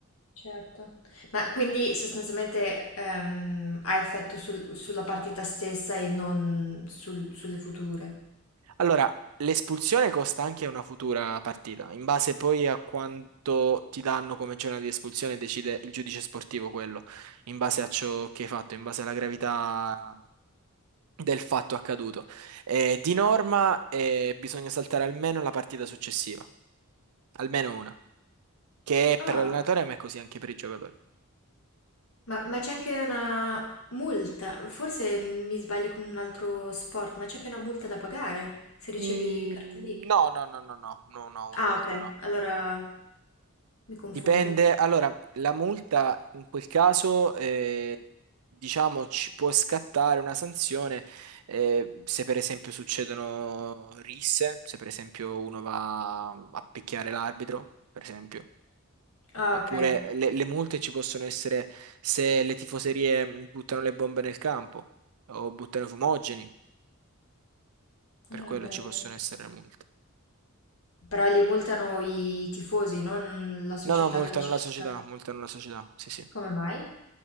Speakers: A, on the left; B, on the right.
A: Certo. Ma quindi sostanzialmente ehm, ha effetto sul- sulla partita stessa e non sul- sulle future?
B: Allora, l'espulsione costa anche una futura partita, in base poi a quanto ti danno come giornata di espulsione decide il giudice sportivo quello, in base a ciò che hai fatto, in base alla gravità del fatto accaduto. Eh, di norma eh, bisogna saltare almeno la partita successiva, almeno una, che è
A: Ah.
B: per l'allenatore ma è così anche per i giocatori.
A: Ma, ma c'è anche una multa, forse mi sbaglio con un altro sport, ma c'è anche una multa da pagare se ricevi
B: Mm,
A: i cartellini.
B: no, no, no, no, no, no, no, una
A: Ah,
B: multa
A: ok,
B: no.
A: allora mi confondo.
B: Dipende, allora, la multa in quel caso, eh, diciamo, ci può scattare una sanzione eh, se per esempio succedono risse, se per esempio uno va a picchiare l'arbitro, per esempio.
A: Ah,
B: Oppure
A: ok.
B: le,
A: Sì.
B: le multe ci possono essere se le tifoserie mh, buttano le bombe nel campo o buttano i fumogeni, per
A: Ah,
B: quello
A: beh,
B: ci
A: è vero.
B: possono essere le multe.
A: Però li multano i tifosi, non la società
B: No, no, multano
A: calcistica.
B: la società, multano la società, sì, sì.
A: Come mai?